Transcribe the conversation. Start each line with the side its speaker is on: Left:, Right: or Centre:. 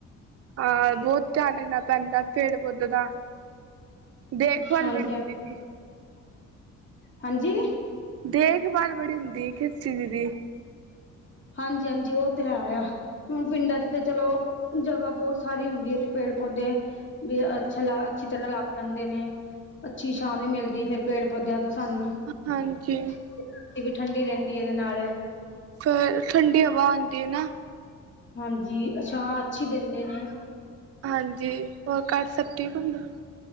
Right: ਹਾਂ ਬਹੁਤ ਧਿਆਨ ਰੱਖਣਾ ਪੈਂਦਾ ਪੇੜ ਪੌਧੇ ਦਾ ਦੇਖਭਾਲ
Left: ਹਾਂਜੀ
Right: ਬੜੀ ਚਾਹੀਦੀ
Left: ਹਾਂਜੀ
Right: ਦੇਖਭਾਲ ਬੜੀ ਹੁੰਦੀ ਕਿਸ ਚੀਜ਼ ਦੀ
Left: ਹਾਂਜੀ ਹਾਂਜੀ ਉਹ ਤੇ ਹੈ ਆ ਹੁਣ ਪਿੰਡਾਂ ਚ ਤੇ ਚਲੋ ਜਗ੍ਹਾ ਬਹੁਤ ਸਾਰੀ ਹੁੰਦੀ ਹੈ ਤੇ ਪੇੜ ਪੌਦੇ ਵੀ ਅੱਛਾ ਲਾ ਅੱਛੀ ਤਰ੍ਹਾਂ ਲੱਗ ਜਾਂਦੇ ਨੇ ਅੱਛੀ ਛਾਂ ਵੀ ਮਿਲਦੀ ਫੇਰ ਪੇੜ ਪੌਦਿਆਂ ਤੋਂ ਸਾਨੂੰ
Right: ਹਾਂਜੀ
Left: ਧਰਤੀ ਵੀ ਠੰਡੀ ਰਹਿੰਦੀ ਹੈ ਇਹਦੇ ਨਾਲ
Right: ਫਿਰ ਠੰਡੀ ਹਵਾ ਆਉਂਦੀ ਹੈ ਨਾ
Left: ਹਾਂਜੀ ਛਾ ਅੱਛੀ ਦਿੰਦੇ ਨੇ
Right: ਹਾਂਜੀ ਹੋਰ ਘਰ ਸਭ ਠੀਕ ਹੁੰਦਾ